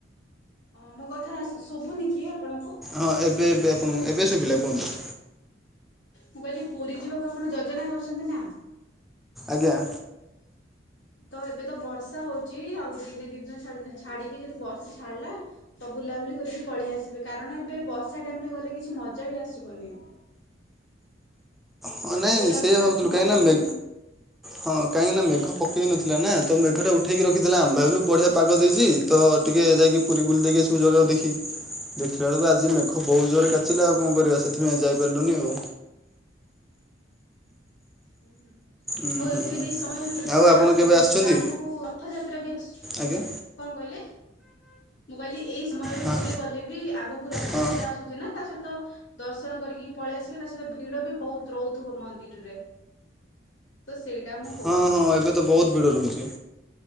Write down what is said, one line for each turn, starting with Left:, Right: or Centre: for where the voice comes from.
Left: ହଁ ମୋ କଥା ଶୁଭୁନି କି ଆପଣଙ୍କୁ?
Centre: ହଁ ଏବେ ଏବେ ଆପଣଙ୍କୁ ଏବେ ସୁବିଲା କୁହନ୍ତୁ।
Left: ମୁଁ କହିଲି ପୁରୀ ଯିବାକୁ ଆପଣ ଯୋଜନା କରୁଛନ୍ତି ନା?
Centre: ଆଜ୍ଞା।
Left: ତ ଏବେ ତ ବର୍ଷା ହଉଛି ଆଉ ଦିନେ ଦୁଇ ଦିନ ଛାଡ଼ିକି ଯଦି ବର୍ଷା ଛାଡ଼ିଲା ତ ବୁଲାବୁଲି କରିକି ପଳେଇ ଆସିବେ। କାରଣ ଏବେ ବର୍ଷା ଟାଇମ୍ ରେ ଗଲେ କିଛି ମଜା ବି ଆସିବନି।
Centre: ହଁ ନାଇଁ
Left: ବୁଲାବୁଲି
Centre: ସେ
Left: କରିବାକୁ
Centre: ଭାବୁଥିଲୁ
Left: ଭଲ
Centre: କାହିଁକିନା
Left: ଲାଗିବନି
Centre: ମେ ହଁ କାହିଁକି ନା ମେଘ ପକେଇ ନଥିଲା ନା, ତ ମେଘଟା ଉଠେଇକି ରଖିଥିଲା। ଆମେ ଭାବିିଲୁ ବଢ଼ିଆ ପାଗ ଦେଇଛି। ତ ଟିକେ ଯାଇକି ପୁରୀ ବୁଲି ଦେଇକି ଆସିବୁ ଜଗାକୁ ଦେଖିକି। ଦେଖିଲା ବେଳକୁ ଆଜି ମେଘ ବହୁତ ଜୋରରେ କାଚିଲା ଆଉ କଣ କରିବା ସେଥିପାଇଁ ଯାଇପାରିଲୁନି ଆଉ।
Left: ହୁଁ ହୁଁ।
Centre: ଉଁ
Left: ଆଉ ଏଇ
Centre: ହୁଁ।
Left: ଦିଟା ଟିକେ ସମୟରେ ଗଲେ
Centre: ଆଉ
Left: ନା
Centre: ଆପଣ କେବେ ଆସିଛନ୍ତି
Left: ଆଗକୁ ରଥଯାତ୍ରା ବି ଆସୁଚି।
Centre: ଆଜ୍ଞା
Left: କଣ କହିଲେ ମୁଁ କହିଲି ଏଇ ସମୟରେ
Centre: ହଁ
Left: ପୁରୀ ଗଲେ ବି ଆଗକୁ ରଥଯାତ୍ରା
Centre: ହଁ
Left: ଆସୁଛି ନା ତା ସହିତ ଦର୍ଶନ କରିକି ପଳେଇ ଆସିବେ ତା ସହିତ ଭିଡ ବି ବହୁତ ରହୁଥିବ ମନ୍ଦିରରେ। ତ ସେଇଟା ମୁଁ କହୁଥିଲି।
Centre: ହଁ ହଁ ଏବେ ତ ବହୁତ ଭିଡ ରହୁଛି।